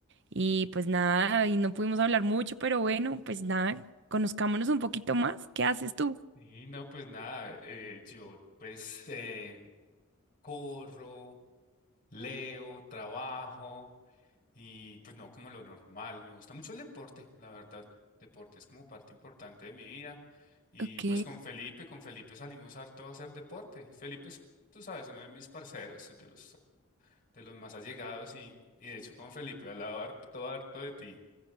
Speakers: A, on the right; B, on the left.
A: y pues nada, y no pudimos hablar mucho, pero bueno, pues nada, conozcámonos un poquito más. ¿Qué haces tú?
B: Y no, pues nada, eh, yo pues eh, corro, leo, trabajo. Y pues no, como lo normal, me gusta mucho el deporte, la verdad. Deporte es como parte importante de mi vida. Y
A: Ok.
B: pues con Felipe, con Felipe salimos harto a hacer deporte. Felipe es, tú sabes, uno de mis parceros, de los, de los más allegados y, y de hecho con Felipe he hablado harto, harto de ti.